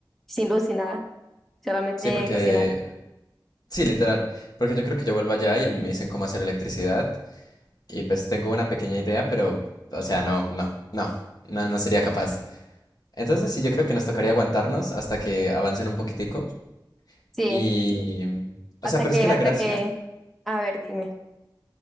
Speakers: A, in the centre; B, on the left (about 55°).
A: Sin luz, sin nada, solamente
B: sí, porque,
A: cocinar.
B: sí, literal, porque yo creo que yo vuelvo allá y a mí me dicen cómo hacer electricidad y pues tengo una pequeña idea, pero, o sea, no, no, no, no, no sería capaz. Entonces sí, yo creo que nos tocaría aguantarnos hasta que avancen un poquitico
A: Sí,
B: y, o
A: hasta
B: sea, pero
A: que,
B: es que la
A: hasta
B: gracia,
A: que, a ver, dime.